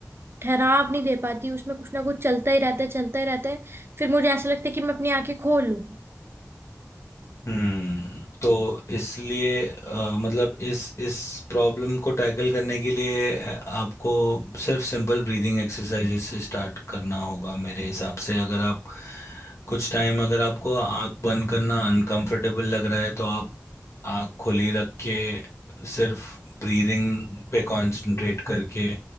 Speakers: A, on the right; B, on the left.
A: ठहराव नहीं दे पाती उसमें कुछ ना कुछ चलता ही रहता है चलता ही रहता है फिर मुझे ऐसा लगता है कि मैं अपनी आंखें खोल लूं
B: हम्म तो इसलिए अ, मतलब इस इस प्रॉब्लम को टैकल करने के लिए अ, आपको सिर्फ सिंपल ब्रीदिंग एक्सरसाइजेज से स्टार्ट करना होगा मेरे हिसाब से अगर आप कुछ टाइम अगर आपको आँख बंद करना अनकंफर्टेबल लग रहा है तो आप आँख खुली रख के सिर्फ ब्रीदिंग पे कंसंट्रेट करके